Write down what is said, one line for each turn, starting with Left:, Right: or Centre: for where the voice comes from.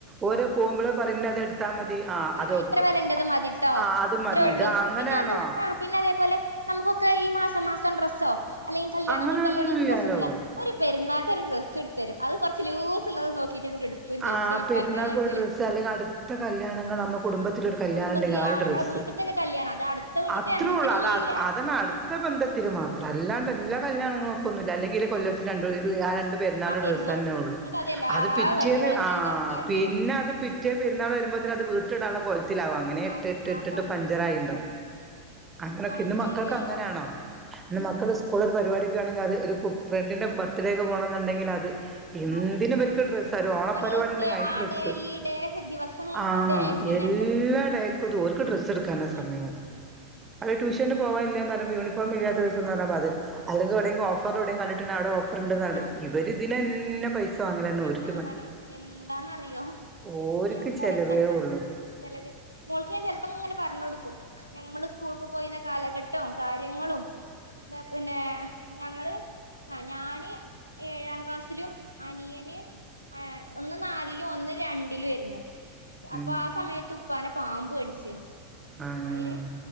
Right: ഓര പോക്പോേ പറ അത എടുത്താൽ മതി ആ
Left: ആഹ്
Right: അത് ഓക്കെ
Left: ഇത്ര മേല ഉണ്ടത് മതി് കേട്ട
Right: ആഹ് അത്
Left: ഇത്രയേ
Right: മതി
Left: ഉള്ളൂ
Right: ഇത് അങ്ങനെയാണോ
Left: പിന്നെത് പിന്ന അതേപോലെ നമുക്കൊക്കെ ഈ മാസം മാസം ഡ്രസ്സോ അല്ലെങ്കിൽ കല്യാണൾ
Right: അങ്ങനൊന്നുല്ലാലോ
Left: കല്യാങ്ങൾക്ക് പ്രസംന്നുമല്ല ഒരു പെരുന്നാ ഇച്ചെരു ഡ്രസ്സ് ട്ത്തരും അത് കുറച്ച് ലൂസ് ഉള്ളത് നോക്കിട്ട് അങ്ങട്ട് എടുക്കുകയും ചെയ്യും
Right: ആ
Left: ഷെയ്പ്പാക്കാൻ
Right: പെരുന്നാൾക്ക്
Left: അയക്കൂല
Right: ഒരു ഡ്രസ്സ് അല്ലെങ്കിൽ അടുത്ത കല്യാണം <unintelligible> നമ്മളെകുടുംബത്തിലെരു
Left: ആഹ്
Right: കല്യാണ
Left: കുടുംബത്തില്
Right: ഉണ്ടെങ്കിൽ ആ ഒരു
Left: ആഹ്
Right: ഡ്രസ്
Left: നമ്മളെ വീട്ട്ത്തൊക്കെ കല്യാണം അത് അടുത്ത വീട്ട്ത്തെ
Right: അത്ര
Left: അങ്ങനത്തിനൊന്നും
Right: ഒള്ളു
Left: ഇല്ല
Right: അതന്നെ അടുത്ത
Left: ആഹ്
Right: ബന്ധത്തിൽ മാത്രം
Left: ആഹ്
Right: അല്ലാണ്ട് എല്ലാ കല്യാണങ്ങളും ക്കൊന്നുല് അല്ലെങ്കില് കൊല്ലത്തിൽ രണ്ട് <unintelligible> ആഹ് രണ്ട് പെരുന്നാള്
Left: ആ പെരുന്നാക്ക്
Right: ഡ്രസ്സന്നെ ഒള്ളു
Left: എന്നിട്ട് എല്ലാ
Right: അത് പി പിറ്റേന്ന്
Left: കല്യാണത്തിനും
Right: ആഹ്
Left: തക്കാരത്തിനും
Right: പിന്നെ അത് പിറ്റേ പെരുന്നാൾ വെരുമ്പോത്ത്ന് അത് വീ റ്റുടാള പോയത് ത്തിലാവാ അങ്ങനെ ഇട്ട്
Left: ആഹ്
Right: ഇട്ട്
Left: ആഹ്
Right: ഇട്ട്ട്ട്പഞ്ചർ
Left: കോലത്തിലിട്ട്
Right: ആയിണ്ടാവും അങ്ങനെക്കെ
Left: ഇപ്പൊ അങ്ങനെയല്ലല്ലോ
Right: ഇന്ന് മക്കൾക്ക് അങ്ങനെയാണോ ഇന്ന് മക്കൾ സ്കു കൂള് ഒരു പരിപാടിക്ക്യേണെങ്ക് അത് ഒരു കുഫ് ഫ്രണ്ടിന്റെ ബർത്ത്ഡേ ക്കെ പോണം ന്ന്ണ്ടെങ്കിൽ അത് എന്തിനും
Left: അത്
Right: ഇബർക്ക്ഡ്രസ്സ്
Left: ആ
Right: ത്തരു ഓണപരിപാടി
Left: കളേഴ്സ്
Right: ഇണ്ടങ്കി
Left: ഡേ
Right: അയ്ന്
Left: ആ
Right: ഡ്രസ്സ്
Left: ഡേ ഈ ഡേ ദിവസം
Right: ആഹ്
Left: ഡേയ്സ് തന്നെയല്ലേ
Right: എല്ലാഡേ ക്കു ഇക്ക്ത് ഓൽക്ക്ഡ്രസ് ടുക്കാനെ
Left: ഉം
Right: സമയൊള്ളു അഹ് ട്യൂഷന് പോവാൻ ല്ലാന്ന് പറയുമ്പോ യൂണി ഫോംഇല്ലാത്ത ദിവസന്നാ <unintelligible> ലാർമതി അല്ലെങ്കി ഔടെ <unintelligible> ഓഫറ് ഔടെകണ്ടിട്ടുണ്ട അവിടെ ഓഫ് ഓഫർ ഇണ്ടതവ്ടെ
Left: ആ
Right: ഇവര് ഇതില ന്നെ പൈസ വങ്ങലന്നെ ഓര്
Left: എന്താന്നറി എന്താന്നറിയൊ
Right: ഓര്ക്ക്
Left: ഞാൻ പ
Right: ചെലവേ
Left: റിം ചെല് പ്പൊക്
Right: ഉള്ളൂ
Left: <unintelligible> ചെലെവെ മോൾക്ക് ചെൽപ്പങ്ങനെ പറ്ഞ്ഞൊടുക്കും ഞമ്മള് സ്കൂൾക്ക് പോയിന്ന കാലഘട്ട്വം കാര്യങ്ങളും ഹ് പിന്നെ ഞങ്ങള് ആഹ് ഞാന് ഏഴാം ക്ലാസ്സിലും അനിയന് എ ഒന്ന് നാലിലും ഒന്ന് രണ്ടിലും ഏര്ന്നു അപ്പ
Right: ഉം
Left: ആഹ് സമയത്ത് ഉപ്പാനെ പാമ്പ്കട്ച്ച്
Right: ആഹ്
Left: അയ്ര്